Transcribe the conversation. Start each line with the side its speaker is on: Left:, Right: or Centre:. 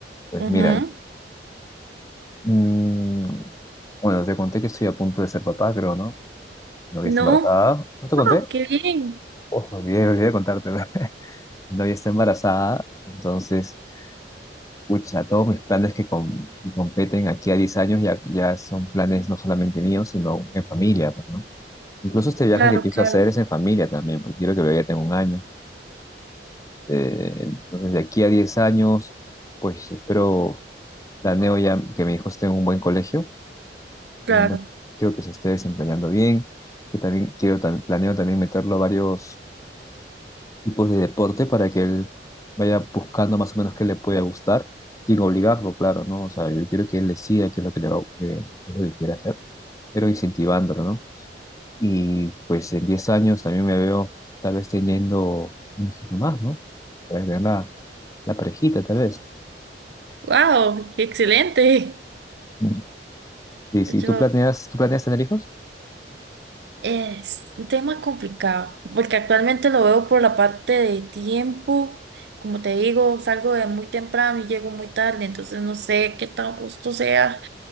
Left: Pues
Right: Ujú.
Left: mira, mm, bueno, te conté que estoy a punto de ser papá, creo, ¿no? Mi novia
Right: No,
Left: está embarazada. ¿No te
Right: no,
Left: conté?
Right: qué bien.
Left: Oh, me olvidé, me olvidé de contarte. <laughs> Mi novia está embarazada, entonces Pucha, todos mis planes que, com- que competen aquí a 10 años ya, ya son planes no solamente míos, sino en familia, pues, ¿no? Incluso este viaje
Right: Claro,
Left: que pienso
Right: claro,
Left: hacer es en familia también, porque quiero que lo ya tengo un año. Eh, entonces, de aquí a 10 años, pues espero, planeo ya que mi hijo esté en un buen colegio,
Right: claro.
Left: en un buen colegio que se esté desempeñando bien, que también quiero, tam- planeo también meterlo a varios tipos de deporte para que él vaya buscando más o menos qué le puede gustar, sin obligarlo, claro, ¿no? O sea, yo quiero que él decida qué es lo que le va, qué es lo que quiere hacer, pero incentivándolo, ¿no? Y pues en 10 años también me veo tal vez teniendo un hijito más, ¿no? Puedes tener la, la parejita, tal vez.
Right: Wow, qué excelente.
Left: Mm. Y si
Right: Yo,
Left: tú planeas, ¿tú planeas tener hijos?
Right: es un tema complicado, porque actualmente lo veo por la parte de tiempo. Como te digo, salgo de muy temprano y llego muy tarde, entonces no sé qué tan justo sea,